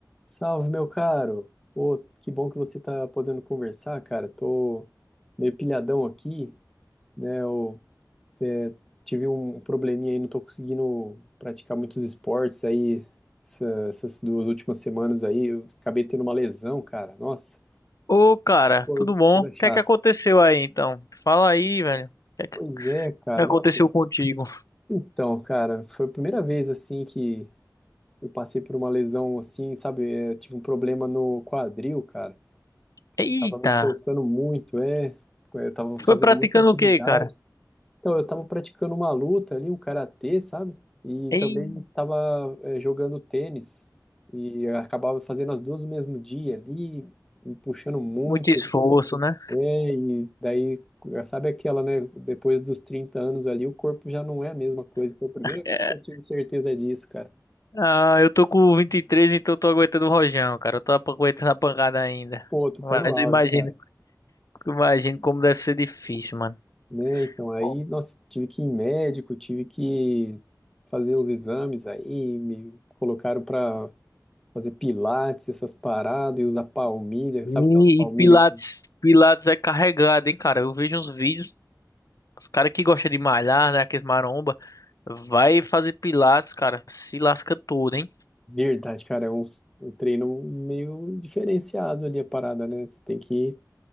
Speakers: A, in the centre; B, on the left.
A: Salve, meu caro. Ô, que bom que você tá podendo conversar, cara. Tô meio pilhadão aqui, né? Eu é, tive um probleminha aí, não tô conseguindo praticar muitos esportes aí essa- essas duas últimas semanas aí. Eu acabei tendo uma lesão, cara. Nossa,
B: Ô, cara,
A: coisa
B: tudo bom?
A: coisa
B: O
A: chata.
B: que é que aconteceu aí, então? Fala aí, velho. O que é que
A: Pois é, cara.
B: aconteceu
A: Nossa,
B: contigo?
A: então, cara, foi a primeira vez assim que eu passei por uma lesão assim, sabe? É, tive um problema no quadril, cara.
B: Eita,
A: Tava me esforçando muito, é. Eu tava fazendo
B: foi praticando
A: muita atividade.
B: o quê, cara?
A: Então, eu tava praticando uma luta ali, um karatê, sabe? E
B: Ei,
A: também tava é, jogando tênis. E eu acabava fazendo as duas no mesmo dia ali, me puxando muito.
B: muito esforço, né?
A: É, e daí, sabe aquela, né? Depois dos 30 anos ali, o corpo já não é a mesma coisa. Foi a primeira vez
B: É,
A: que eu tive certeza disso, cara.
B: ah, eu tô com 23, então eu tô aguentando o rojão, cara. Eu tô apa- aguentando a pancada ainda.
A: Pô, tu
B: Mas
A: tá no auge,
B: eu imagino,
A: cara.
B: eu imagino como deve ser difícil, mano.
A: né? Então aí,
B: Pô.
A: nossa, tive que ir em médico, tive que fazer uns exames aí, me colocaram para fazer pilates, essas paradas, e usar palmilha,
B: E,
A: sabe aquelas palmilhas
B: e Pilates,
A: que,
B: Pilates é carregado, hein, cara? Eu vejo uns vídeos, Os caras que gostam de malhar, né? Aqueles maromba, vai fazer pilates, cara, se lasca todo, hein?
A: verdade, cara, é uns- um treino meio diferenciado ali a parada, né? Você tem que